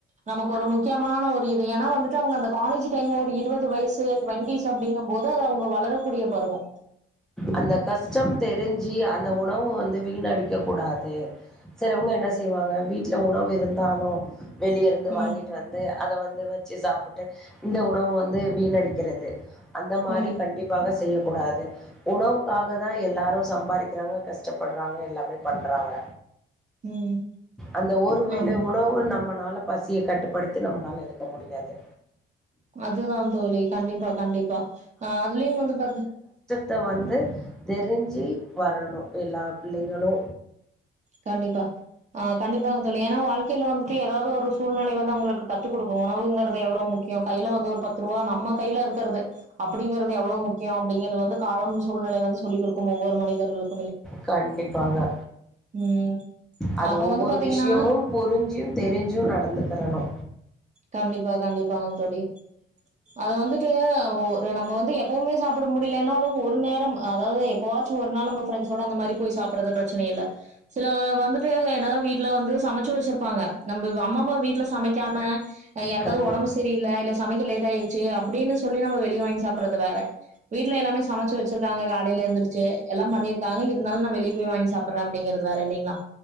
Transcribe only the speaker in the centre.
அந்த கஷ்டம் தெரிஞ்சு அந்த உணவு வந்து வீணடிக்க கூடாது சிலவங்க என்ன செய்வாங்க வீட்டுல உணவு இருந்தாலு வெளிய இருந்து
வாங்கிட்டு வந்து அத வந்து வச்சு சாப்பிட் டு இந்த உணவு வந்து வீணடிக்கிறது அந்த மாரி
கண்டிப்பாக செய்ய கூடாது உணவுக்காக தா எல்லாரு சம்பாதிக்கிறாங்க கஷ்டப்படுறாங்க எல்லாமே பண்றாங்க
அந்த ஒருவேளை
உணவு நம்ம னால பசிய கட்டுப்படுத்தி நம்மனால இருக்க முடியாது
த வந்து தெரிஞ்சு வரணு எல்லா பிள்ளைங்களு
கண்டிப்பாக
அது
ஒவ்வொரு
விஷயமும் புரிஞ்சியும் தெரிஞ்சும் நடந்து தரணு
கண்டி